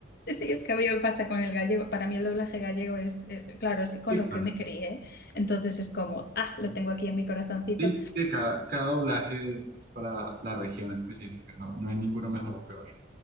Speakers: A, on the left; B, on the right.
A: Sí, es que a mí me pasa con el gallego. Para mí el doblaje gallego es, eh, claro, es con
B: Sí,
A: lo que
B: claro.
A: me crié. Entonces es como, ah, lo tengo aquí en mi corazoncito.
B: Sí, que cada, cada doblaje es para la región específica, no, no hay ninguno mejor o peor.